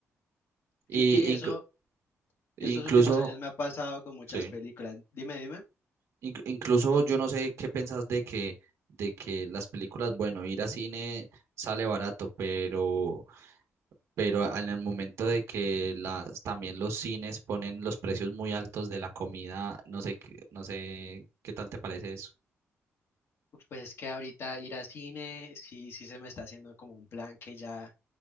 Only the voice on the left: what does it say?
Sí,
sí, eso
estos últimos años me ha pasado con muchas
películas. Dime, dime.
Pues es que ahorita ir al cine, sí, sí se me está haciendo como un plan que ya